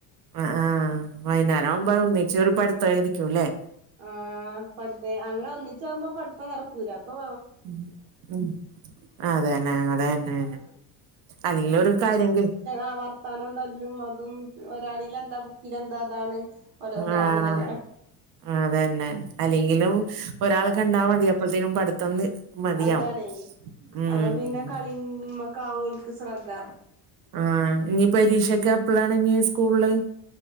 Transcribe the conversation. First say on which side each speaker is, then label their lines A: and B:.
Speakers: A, on the right; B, on the right.
A: ആ ആ വൈകുന്നേരം ആവുമ്പോ ഒന്നിച്ച് ഒരു പഠുത്തരിക്കൂല്ലേ
B: ആ പഠിത്തെ അങ്ങനെ ഒന്നിച്ചാകുമ്പോ പഠിത്തം നടക്കൂല അപ്പോ
A: മം മം അതന്നെ അതെ അതെന്നെ
B: ആഹ്
A: അല്ലൊരു കാര്യങ്കി
B: ആ വർത്താനം തല്ലും അതും ഒരാളിലെന്താ ബുക്കിലെന്താ അതാണ് ഓരോ ഇതാ
A: ആഹ്
B: അങ്ങനെക്കാരം
A: അതന്നെ അല്ലെങ്കിലും ഒരാളെ കണ്ടാ മതി അപ്പത്തേനും പഠിത്തം നി മതിയാവും
B: അതണേ
A: ഉം
B: അപ്പ പിന്നെ കളിയും മക്ക ആവോൽക്ക് ശ്രദ്ധ
A: ആഹ് ഇനി പരീക്ഷക്കെ എപ്പളാണ് ഇനീ സ്കൂള്